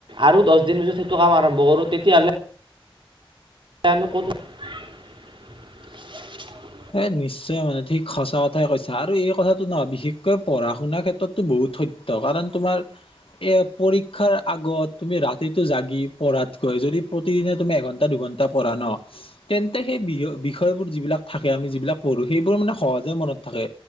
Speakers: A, on the right (about 60°); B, on the left (about 70°).
A: আৰু দহ দিন পিছত সেইটো কাম আৰম্ভ কৰোঁ, তেতিয়াহ'লে <unintelligible>
B: এ নিশ্চয় মানে ঠিক সঁচা কথাই কৈছা আৰু এই কথাটো নহয় বিশেষকৈ পঢ়া শুনাৰ ক্ষেত্ৰতো বহুত কাৰণ তোমাৰ এ পৰীক্ষাৰ আগত তুমি ৰাতিটো জাগি পঢ়াত কৈ যদি প্ৰতিদিনে তুমি এঘন্টা দুঘ <unintelligible> তেন্তে সেই বিষয়োৰ যিলাক থ আমি যিবিলাক পঢ়ো সেইবোৰ মানে সহজে মনত থাকে